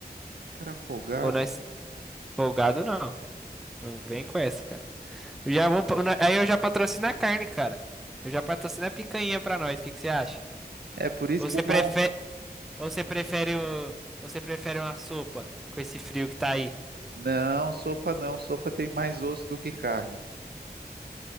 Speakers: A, on the right; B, in the centre.
A: Cara folgado.
B: Ou nós folgado não. Não vem com essa, cara. Eu já vou, pa- na- aí eu já patrocino a carne, cara. Eu já patrocino a picanha pra nós. O que que você acha?
A: É por isso
B: Ou
A: que
B: você
A: é
B: prefere,
A: bom.
B: ou você prefere o, ou você prefere uma sopa com esse frio que tá aí?
A: Não, sopa não. Sopa tem mais osso do que carne.